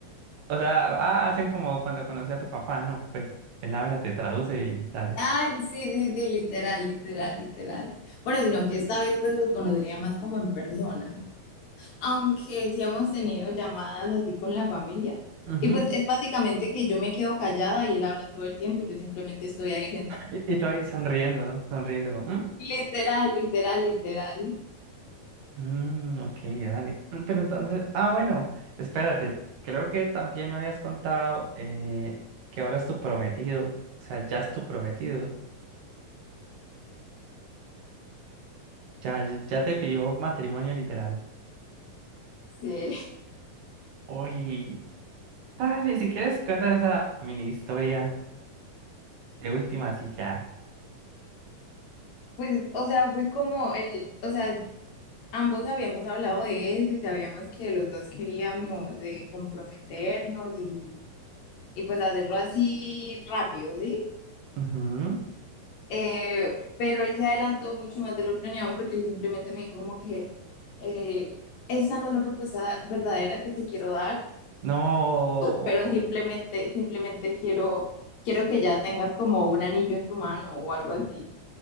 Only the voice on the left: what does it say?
Ay, sí, sí, sí, literal, literal, literal. Bueno, sino que esta vez pues los conocería más como en persona, aunque sí hemos tenido llamadas así con la familia.
Y pues es básicamente que yo me quedo callada y él habla todo el tiempo y yo simplemente estoy ahí sentada.
Literal, literal, literal.
Sí.
Pues, o sea, fue como el, o sea, ambos habíamos hablado de eso y sabíamos que los dos queríamos de comprometernos y, y pues hacerlo así rápido, ¿sí?
Eh, pero él se adelantó mucho más de lo planeado porque él simplemente me dijo como que eh, esa no es la propuesta verdadera que te quiero dar,
pero simplemente, simplemente quiero, quiero que ya tengas como un anillo en tu mano o algo así.